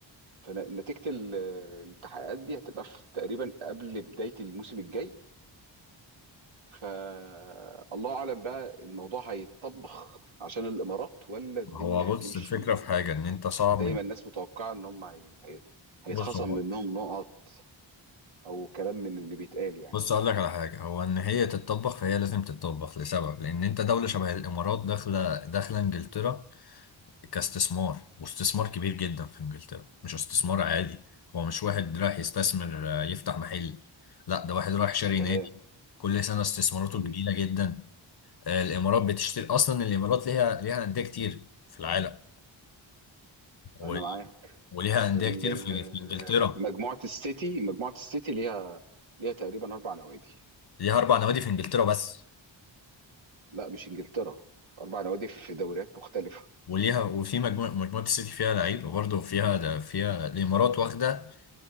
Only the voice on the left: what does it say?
هو بص
الفكرة في حاجة ان انت صعب
من
بص هو
بص اقول لك على حاجه هو ان هي تتطبخ فهي لازم تتطبخ لسبب لان انت دوله شبه الامارات داخله داخله انجلترا كاستثمار واستثمار كبير جدا في انجلترا مش استثمار عادي هو مش واحد رايح يستثمر آه، يفتح محل لا ده واحد رايح شاري
نادي كل سنه استثماراته
كبيره جدا آه، الامارات بتشتري اصلا الامارات ليها ليها انديه كتير في العالم و-
وليها انديه
كتير في في انجلترا
ليها اربع نوادي في انجلترا بس
وليها وفي مجموعة مجموعة السيتي فيها لعيبة برضه فيها ده فيها الإمارات واخدة